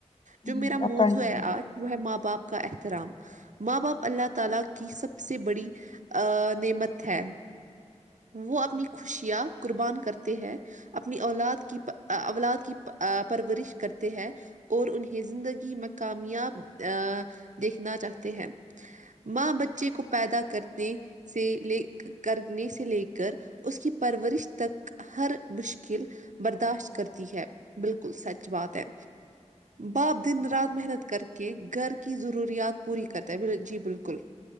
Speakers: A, on the right; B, on the left.
A: جو
B: جی
A: میرا
B: جی
A: موضوع
B: آپ کنٹینیو
A: ہے
B: بول
A: آج وہ ہے ماں باپ کا احترام ماں باپ اللہ تعالی کی سب سے بڑی ا نعمت ہے وہ اپنی خوشیاں قربان کرتے ہیں اپنی اولاد کی اولاد کی پرورش کرتے ہیں اور انہیں زندگی میں کامیاب دیکھنا چاہتے ہیں ماں بچے کو پیدا کرنے سے لے کرنے سے لے کر اس کی پرورش تک ہر مشکل برداشت کرتی ہے بالکل سچ بات ہے باپ دن رات محنت کر کے گھر کی ضروریات پوری کرتا ہے جی بالکل